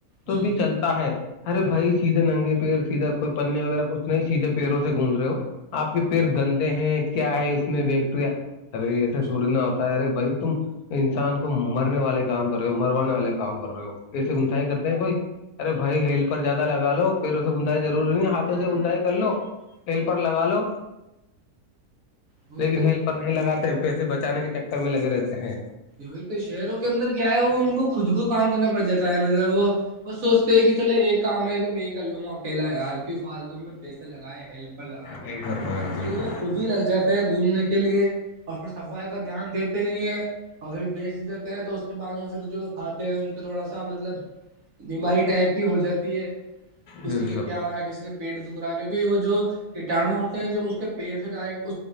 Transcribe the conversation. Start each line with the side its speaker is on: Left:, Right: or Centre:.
Left: تو
Right: جی
Left: بھی چلتے تا ہے ارے بھائی سیدھے ننگے پیڑ سیدھا کوئی پنے وغیرہ کچھ نہیں سیدھے پیڑوں سے گونند رہے ہو آپ کے پییر گندے ہیں کیا ہے اس میں بیکٹیریا ارے
Right: جی
Left: ایسے تھوڑی نا ہوتا ہے ارے بھائی تم انسان کو مرنے والے کام کر رہے ہو مروانے والے کام کر رہے ہو ایسے گندائی کرتے ہیں کوئی ارے بھائی ہیل پر زیادہ لگا لو پیروں سے گندائی ضروری نہیں ہاتھوں سے گندائی کر لو ہیلپر لگا لو
Right: وہی
Left: لیکن
Right: تو
Left: ہیلپر نہیں لگاتے ہیں پیسے بچانے کے چکر میں لگے رہتے ہیں
Right: وہی تو شہروں کے اندر کیا ہے وہ ان کو خود کو کام کرنا پڑ جاتا ہے مطلب وہ بس سوچتے ہے کہ چلو ایک کام ہے تو میں ہی کر لوں گا اکیلا یار کیوں پھال دوں میں پیسے لگائےیں ہیلپر لگائیں گے
Left: صحیح
Right: اس
Left: فرمایا بالکل
Right: لیے وہ خود بھی لگ جاتے ہے گھومنے کے لیے اور پھر صفائی کا دھیان دیتے بھی ہیں اور پھر بیچ دیتے ہیں تو اس کے بعد میں پھر جو کھاتے ہیں ان کا تھوڑا سا مطلب بیماری ٹائپ کی ہو جاتی ہے کسی
Left: بے
Right: کا
Left: شک
Right: کیا
Left: بے
Right: ہو رہا ہے
Left: شک
Right: کسی کے پیٹ دکھ رہا ہے کیونکہ وہ جو کیٹاڑو ہوتے ہیں جو اس کے پیڑ سے ڈائریکٹ